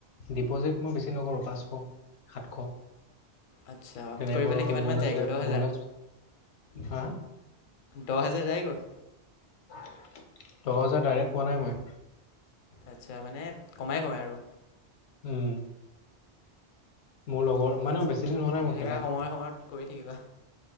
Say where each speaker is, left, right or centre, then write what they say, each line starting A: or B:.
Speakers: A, on the left; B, on the left.
A: ডিপজিট মই বেছি নকৰোঁ। পাঁচশ সাতশ।
B: আচ্ছা
A: তেনে
B: কৰি
A: কৰোঁ
B: পেলাই
A: আৰু
B: কিমানমান
A: বনাছ
B: যায়গৈ দহ হেজাৰ
A: বনাছ হা
B: দহ হাজাৰ যায় গৈ।
A: দহ হেজাৰ ডাইৰেক্ট পোৱা নাই মই।
B: আচ্ছা মানে কমাই কমাই আৰু।
A: উম মোৰ লগৰ
B: ঠিকে
A: মানে
B: আছে
A: বেছি দিন হোৱা
B: এনেই
A: নাই মোৰ
B: থকা
A: খেলা।
B: সময় সময়ত কৰি থাকিবা।